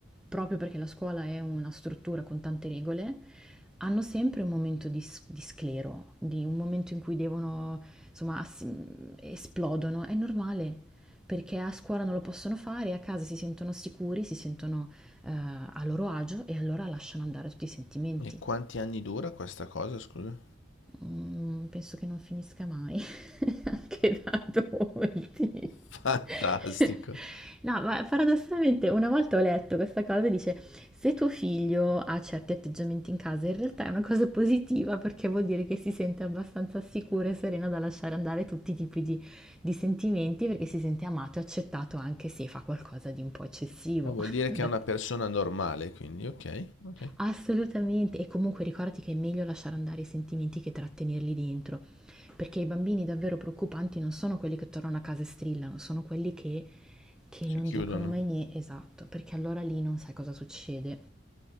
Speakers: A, in the centre; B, on the left (about 70°).
A: proprio perché la scuola è una struttura con tante regole, hanno sempre un momento di, s- di sclero, di un momento in cui devono, insomma, ass- esplodono. È normale, perché a scuola non lo possono fare, a casa si sentono sicuri, si sentono eh, a loro agio e allora lasciano andare tutti i sentimenti.
B: E quanti anni dura questa cosa, scusa?
A: Mm, penso che non finisca mai, <laughs> anche da adulti.
B: <laughs> Fantastico.
A: <laughs> No, ma paradossalmente una volta ho letto questa cosa e dice, se tuo figlio ha certi atteggiamenti in casa, in realtà è una cosa positiva perché vuol dire che si sente abbastanza sicura e serena da lasciare andare tutti i tipi di, di sentimenti perché si sente amato e accettato anche se fa qualcosa di un po' eccessivo.
B: Ah,
A: <laughs>
B: vuol dire
A: Ho
B: che
A: detto,
B: è una persona normale, quindi ok, ok.
A: Assolutamente, e comunque ricordati che è meglio lasciare andare i sentimenti che trattenerli dentro, perché i bambini davvero preoccupanti non sono quelli che tornano a casa e strillano, sono quelli che, che
B: Si
A: non
B: chiudono.
A: dicono mai niente, esatto, perché allora lì non sai cosa succede